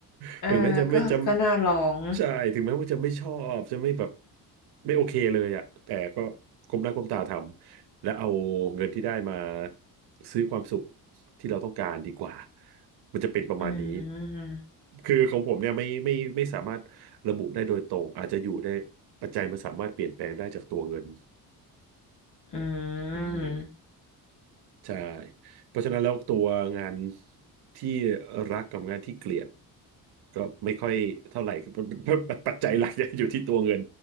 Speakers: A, on the right (about 80°); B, on the left (about 50°).
A: <laughs>
B: อ่าก็ก็น่าลอง
A: ถึงแม้จะไม่จำใช่ถึงแม้ว่าจะไม่ชอบจะไม่แบบไม่โอเคเลยอ่ะแต่ก็ก้มหน้าก้มตาทำและเอาเงินที่ได้มาซื้อความสุขที่เราต้องการดีกว่ามันจะเป็นประมาณนี้
B: อืม
A: คือของผมเนี่ยไม่ไม่ไม่สามารถระบุได้โดยตรงอาจจะอยู่ได้ปัจจัยมันสามารถเปลี่ยนแปลงได้จากตัวเงิน
B: อืม
A: อืม ใช่เพราะฉะนั้นแล้วตัวงานที่รักกับงานที่เกลียดก็ไม่ค่อยเท่าไหร่คือ <laughs> ปัจจัยหลักยังอยู่ที่ตัวเงิน